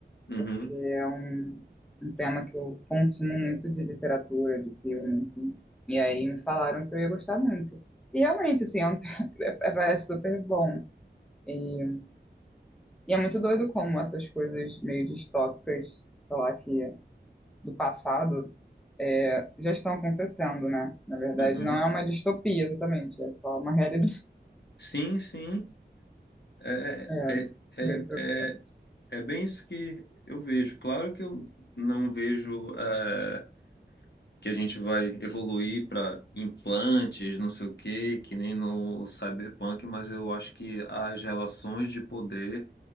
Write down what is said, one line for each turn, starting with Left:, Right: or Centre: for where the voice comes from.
Left: uhum.
Centre: Porque é um, um tema que eu consumo muito de literatura, de filme, enfim. E aí me falaram que eu ia gostar muito. E realmente, assim, é um, <laughs> parece super bom. E, e é muito doido como essas coisas meio distópicas, sei lá, que do passado é, já estão acontecendo, né? Na verdade,
Left: Uhum.
Centre: não é uma distopia exatamente, é só uma realidade
Left: Sim, sim. É,
Centre: <laughs> é,
Left: é, é,
Centre: meio preocupante.
Left: é, é é bem isso que eu vejo. Claro que eu não vejo eh, que a gente vai evoluir para implantes, não sei o quê, que nem no Cyberpunk, mas eu acho que as relações de poder,